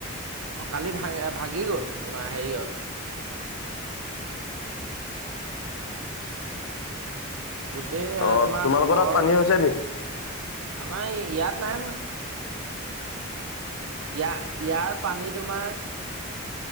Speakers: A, on the right; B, on the left.
A: অ'! কালি ভা ভাগি গ'ল। তোমাৰ হেৰিয়ত গোটেই
B: অ
A: তোমাৰ
B: তোমালোকৰ
A: ঘৰ
B: তাত পানী হৈছে
A: নাই,
B: নি
A: ইয়াত নাই হোৱা। ইয়াৰ, ইয়াৰ পানী তোমাৰ